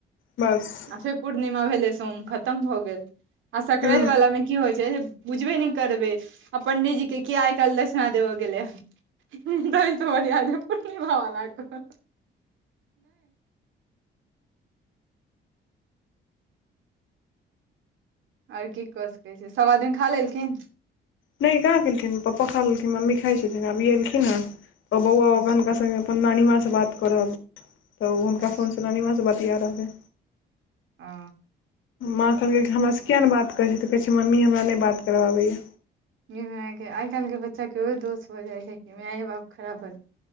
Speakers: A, on the left (about 80°); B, on the right (about 80°).
A: बस।
B: आ फेर पूर्णिमा भेले सोम खतम भऽ गेल आ सकरा।
A: हँ
B: बुझबे नहि करबै आ पंडितजी के किया आइ काल्हि दक्षिणा देबऽ गेलै ह। तहि सँ बढ़िया पूनिमा वला करू। आर की कऽ सकैत छी सभ आदमी खा लेलखिन।
A: नहि कहाँ केलखिन पपा खा लेलखिन मम्मी खाइ छथिन आब इ एलखिन ह बौआ
B: अच्छा
A: हनका संगे। अपन नानीमाँ सँ बात कऽ रहल तऽ हुनका
B: अच्छा
A: फोनसँ नानीमाँ सँ बतिया रहलै।
B: आ।
A: माँ कहलकै कि हमरासँ कियाक नहि बात करैत छै तऽ कहै छै मम्मी हमरा नहि बात करबाबैया।
B: माय के आइ काल्हि के बच्चा के ओ दोष हो जाय छै कि मायए बाप खराब भऽ।